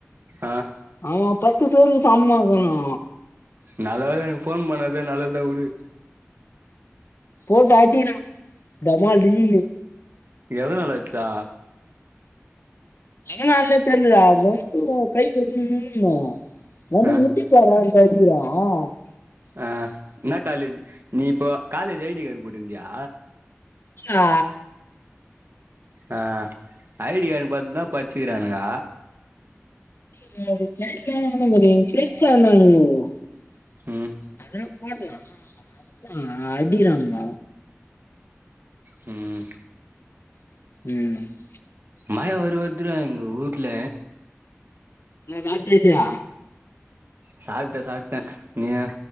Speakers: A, on the right; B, on the left.
A: ஆ
B: அவ பத்து பேரு சமமா இருக்கனு
A: நல்ல வேல எனக்கு போன் பண்ணாதா நல்லதுதா உடு
B: போட்டு அடிக்கணு டமால் டீமில்னு
A: எதனால அச்சா
B: எதனாலே தெரிலயா <unintelligible> <unintelligible>
A: ஆ ஆ என்ன காலேஜ்ஜு நீ இப்போ காலேஜ் ஐ டி காடு போட்டுந்தியா
B: ஆ
A: ஆ ஐ டி காடு பாத்துதா இப்ப அடிச்சுக்கிறானுங்க
B: <unintelligible>
A: ம்
B: <unintelligible> அடிக்கிறானுங்க
A: ம்
B: ம்
A: மய உருவாத்துல எங்க ஊட்ல
B: என்ன காட்டேலியா
A: சாப்ட்டே சாப்ட்டே நீங்க